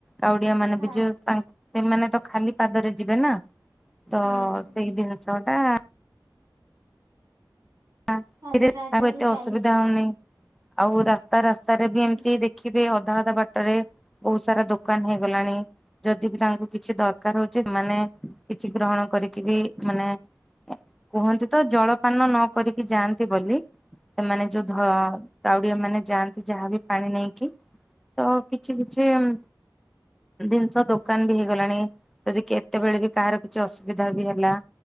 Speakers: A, in the centre; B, on the right (about 50°).
A: କାଉଡିଆ ମାନେ
B: ହଁ
A: ବି <unintelligible> ସେମାନେ ତ ଖାଲି ପାଦରେ ଯିବେ ନା ତ
B: ହଁ ହଁ।
A: ସେଇ ଜିନିଷ ଟା <unintelligible> କାହାକୁ
B: ଖାଲି ପାଦରେ
A: ଏତେ
B: ଚାଲି
A: ଅସୁବିଧା ହୋଉନି ଆଉ ରାସ୍ତା ରାସ୍ତାରେ ବି ଏମିତି
B: ହୁଁ
A: ଦେଖିବ ଏବେ ଅଧା ଅଧା ବାଟ ରେ ବୋହୁତ ସାରା ଦୋକାନ ହେଇଗଲାଣି। ଯଦି ବି ତାଙ୍କୁ କିଛି ଦରକାର ହୋଉଚି ସେମାନେ କିଛି ଗ୍ରହଣ କରିକି ବି ମାନେ କୁହନ୍ତି ତ ଜଳପାନ ନ କରିକି ଯାଆନ୍ତି ବୋଲି ସେମାନେ ଯୋଉ ଧ କାଉଡିଆ ମାନେ ଯାଆନ୍ତି ଯାହାବି ପାଣି ନେଇକି ତ କିଛି କିଛି ଉଁ ଜିନିଷ ଦୋକାନ ବି ହେଇଗଲାଣି ଯଦି କେତେବେଳେ ବି କାହାର କିଛି ଅସୁବିଧା ବି ହେଲା।